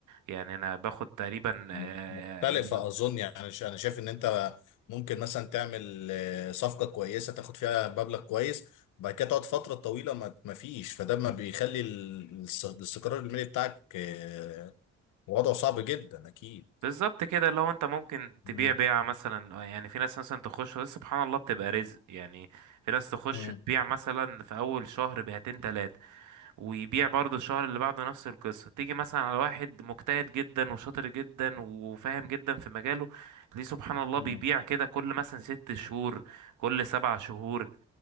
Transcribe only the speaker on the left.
م- مختلفة
أظن يعني ش- أنا شايف إن أنت ممكن مثلا تعمل آه، صفقة كويسة تاخد فيها مبلغ كويس وبعد كده تقعد فترة طويلة ما ما فيش فده ما بيخلي ال- الس- الاستقرار المالي بتاعك آه، وضعه صعب جدا أكيد
مم.
مم.
مم.